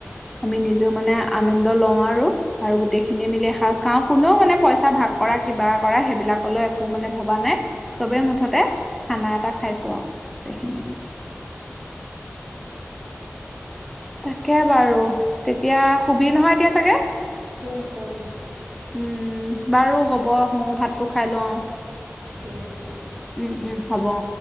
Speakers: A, in the centre; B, on the right.
A: আমি নিজেও মানে আনন্দ লওঁ আৰু আৰু গোটেইখিনিয়ে মিলি এসাজ খাওঁ কোনেও মানে পইচা ভাগ কৰা কিবা কৰা সেইবিলাকলৈ একো মানে ভবা নাই চবেই মুঠতে খানা এটা খাইছো আৰু গোটেইখিনি মিলি তাকে বাৰু তেতিয়া শুবি নহয় এতিয়া চাগে
B: শুম শুম
A: উম বাৰু হ'ব ময়ো ভাতটো খাই লও
B: ঠিক আছে দে
A: উম উম হ'ব অ